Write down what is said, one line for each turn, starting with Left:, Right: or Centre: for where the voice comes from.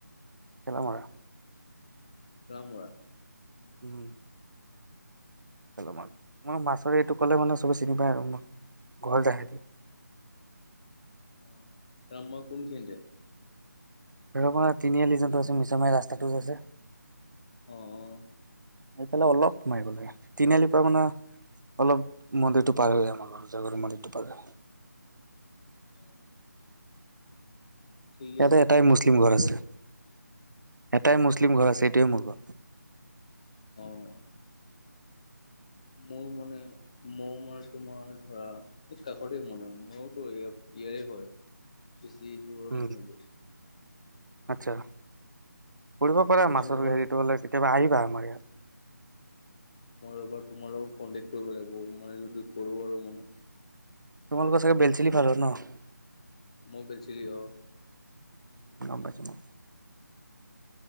Right: খেলা মৰা।
Left: চৰামৰা,
Right: উম মা মই মাছৰ এইটো ক'লে মানে চবেই চিনি পায় আৰু মোক ঘৰ তে,
Left: অ থেলামা কোন খিনিতে?
Right: থেলামৰা তিনিআলি যোনটো আছে মিছা মাৰ ৰাস্তাটো যে আছে।
Left: অঁ অঁ,
Right: এফালে অলপ মাৰিব লাগে, তিনিআলিৰ পৰা মানে। অলপ মন্দিৰটো পাৰ হয় আমাৰ ঘৰ জ মন্দিৰটো পাৰ হয়।
Left: অ, ঠিকে
Right: ইয়াতে
Left: আছে
Right: এটাই
Left: কৰি
Right: মুছলিম
Left: আছে মোৰ
Right: ঘৰ আছে। এটাই
Left: অ
Right: মুছলিম ঘৰ আছে এইটোৱে মোৰ ঘৰ। <inaudible>
Left: অ। মোৰ মনে মোৰ মানে তোমাৰ ধৰা এই কাষতে মানে ময়োতো ইয়াৰে হয়। বেছি দূৰৰ
Right: উম
Left: নহয়টো।
Right: আচ্ছা, কৰিব পাৰা
Left: মোৰ
Right: মাছৰ
Left: ঘৰ
Right: হেৰিত হ'লে কেতিয়াবা আহিবা আমাৰ ইয়াত।
Left: মই এবাৰ তোমাৰ লগত কনটেক্ট কৰিব লাগিব মানে যদি কৰো আৰু মানে।
Right: তোমালোকৰ চাগে বেলচেলি ভাল হয় ন।
Left: <unintelligible> চিৰি অ,
Right: গম পাইছো।